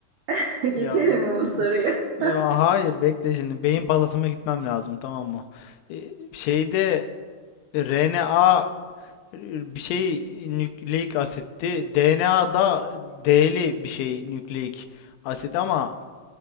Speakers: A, on the right (about 80°); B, on the left (about 85°).
A: <laughs> Geçelim
B: ya
A: mi bu soruyu? <laughs>
B: Ya hayır bekle şimdi beyin palasıma gitmem lazım tamam mı? E, şeyde RNA e, bir şey nükleik asitti. DNA'da D'li bir şey nükleik asit ama